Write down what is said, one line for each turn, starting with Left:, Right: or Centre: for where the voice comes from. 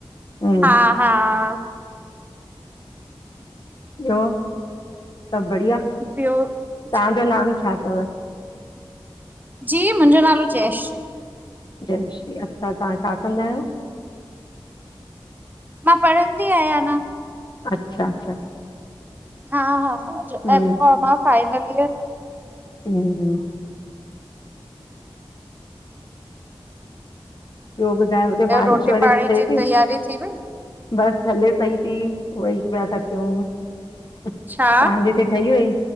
Left: उन्हन
Right: हा
Left: खे
Right: हा
Left: ॿियो, सब ॿढ़िया?
Right: ॿियो
Left: ताहांजो
Right: जी
Left: नाम छा थव?
Right: जी मुंजो नालो जयश्री।
Left: जय श्री, अच्छा तहां छा कंदा आयो?
Right: मां पढ़ंदी आहियां अंञां।
Left: अच्छा- अच्छा
Right: हा- हा, मुंॼो
Left: हम्म
Right: एम काम आ‌ फाइनल इयर।
Left: हम्म ॿियो ॿुधायो, हुते ॿारिश
Right: रोटी
Left: वरिश
Right: पाणी
Left: थे
Right: जी
Left: ती?
Right: तैयारी थी वई
Left: बस हले पईती, उव्हई पिया ता कयुं। तहांॼे
Right: छा
Left: हिते ठही वई,